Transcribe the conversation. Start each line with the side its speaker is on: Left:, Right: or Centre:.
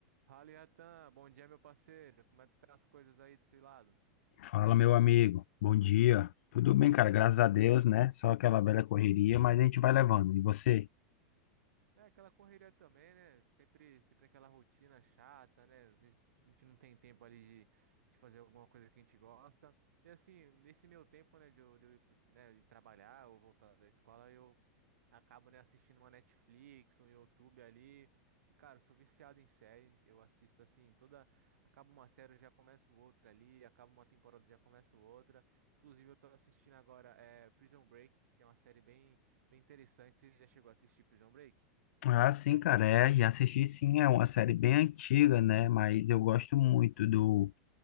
Right: Fala, Iatan. Bom dia, meu parceiro. Como é que tá as coisas aí desse lado?
Left: Fala, meu amigo. Bom dia. Tudo bem, cara? Graças a Deus, né? Só aquela velha correria, mas a gente vai levando. E você?
Right: É aquela correria também, né? Sempre, sempre aquela rotina chata, né? Às vezes a gente não tem tempo ali de, de fazer alguma coisa que a gente gosta. E assim, nesse meu tempo, né, de eu, de eu ir, né, de trabalhar ou voltar da escola, eu acabo, né, assistindo uma Netflix, um YouTube ali. E, cara, eu sou viciado em série. Eu assisto assim, toda. Acaba uma série, eu já começo outra ali. Acaba uma temporada, eu já começo outra. Inclusive, eu tô assistindo agora é, Prison Break, que é uma série bem, bem interessante. Você já chegou a assistir Prison Break?
Left: Ah, sim, cara. É, já assisti sim. É uma série bem antiga, né? Mas eu gosto muito do